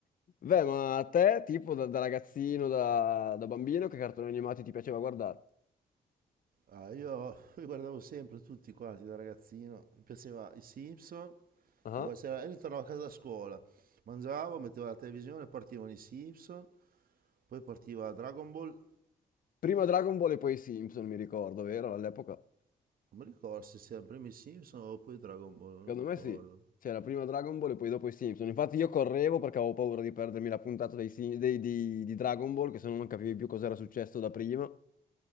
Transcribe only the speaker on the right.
Ah, io, <laughs> io guardavo sempre tutti quanti da ragazzino, mi piaceva i Simpson,
e guarda, se- io tornavo a casa da scuola, mangiavo, mettevo la televisione, partivano i Simpson, poi partiva Dragon Ball,
non mi ricordo se c'erano prima i Simpson o poi Dragon Ball,
non mi ricordo.